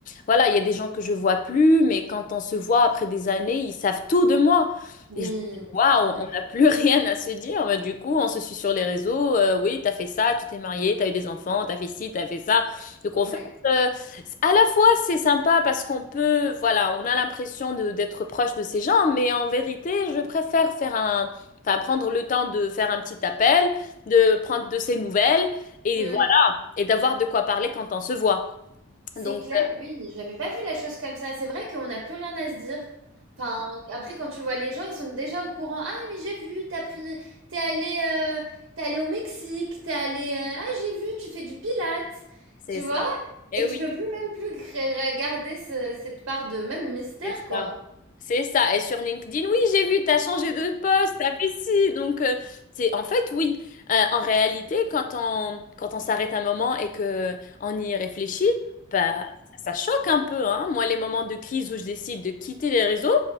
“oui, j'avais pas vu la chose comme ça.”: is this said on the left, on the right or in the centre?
Right